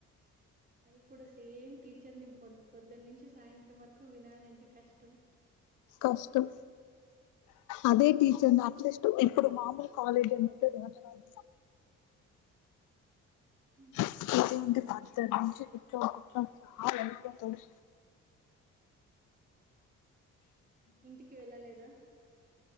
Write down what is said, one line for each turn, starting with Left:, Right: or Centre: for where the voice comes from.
Right: అది కూడా సేమ్ టీచర్ ని బోద్ పొద్దునుంచి చి సాయంత్రం వరకు వినాలంటే కష్టం
Left: కష్టం అదే టీచర్ని అట్లీస్ట్ ఇప్పుడు మామూలు కాలేజ్ అన్ని <unintelligible>
Right: మ్మ్.
Left: <unintelligible> పద్దున్నుంచి కూర్చొని కూర్చొని సాల్ అయిపోతది
Right: ఇంటికి వెళ్ళలేదా